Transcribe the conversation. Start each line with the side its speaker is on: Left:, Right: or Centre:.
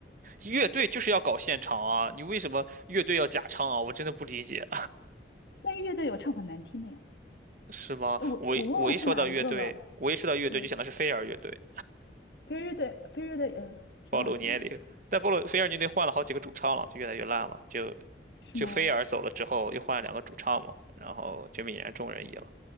Right: 乐队就是要搞现场啊，你为什么乐队要假唱啊？我真的不理解，
Left: 但是乐队有唱很难听的呀，
Right: <laughs> 是吗？
Left: 哎，我我忘了是哪一个了，
Right: 我一我一说到乐队，我一说到乐队就想的是飞儿乐队，
Left: 对，飞乐队飞乐队，嗯，挺好听的呀，
Right: 暴露年龄。但暴露飞儿乐队换了好几个主唱了，就越来越烂了。就
Left: 是吗？
Right: 就飞儿走了之后，又换了两个主唱嘛，然后就泯然众人矣了。